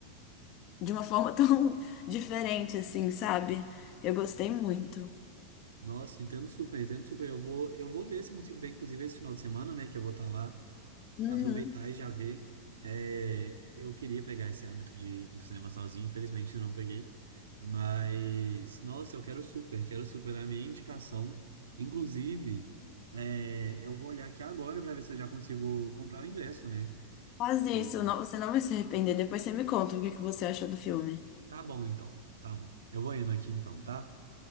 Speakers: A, on the left; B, on the right.
A: de uma forma <laughs> tão diferente, assim, sabe? Eu gostei muito.
B: nossa, entendo super, entendo super. Eu vou, eu vou ver se eu consigo ver, inclusive, esse final de semana, né, que eu vou estar lá.
A: Uhum.
B: aproveitar e já ver. É, eu queria pegar esse hábito de ir no cinema sozinho, infelizmente eu não peguei. Mas, nossa, eu quero super, quero super a minha indicação. Inclusive, é, eu vou olhar aqui agora para ver se eu já consigo comprar o ingresso, né?
A: Faz isso,
B: E-
A: não- você não vai se arrepender. Depois você me conta o que que você achou do filme.
B: Tá bom, então, tá bom. Eu vou indo aqui então, tá?